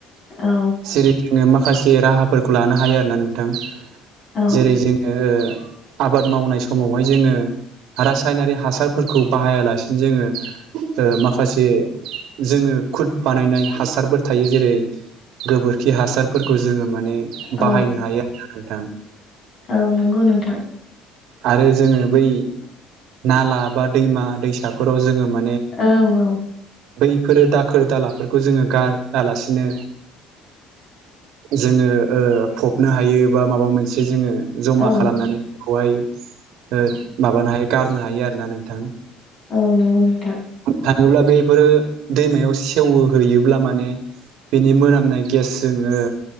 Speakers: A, on the left; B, on the right.
A: औ
B: सिरि जोंनो माखासे राहाफोरख खौ लानो हायो आरोना नोंथां
A: औ
B: जेरै जोङो
A: <inaudible>
B: ओ आबाद मावनाय समावहाय जोङो। रासायनारि हासारफोरखौ बाहायालासिनो जोङो ओ माखासे जोङो खुद। बानायनाय हासारफोर थायो जेरै गोबोरखि हासारफोरखौ जोङो माने
A: औ
B: बाहायनो हायो आरो नोंथां।
A: औ नंगौ नोंथां।
B: आरो जोङो बै नाला बा दैमा दैसाफोराव जोङो मा
A: औ औ।
B: बैफोरो दाखोर दालाफोरखौ जोङो गारालासिनो जोङो‍ ओ फबनो हायो बा माबा मोनसे जोङो जमा
A: औ
B: खालामनानै बहाय ओ माबानो हायो गारनो हायो आरो ना नोंथां।
A: औ नंगौ नोंथां
B: थाङोब्ला बेफोरो दैमायाव सेवो हैैयोब्ला माने बेनि मोनामनाय गेस जोङो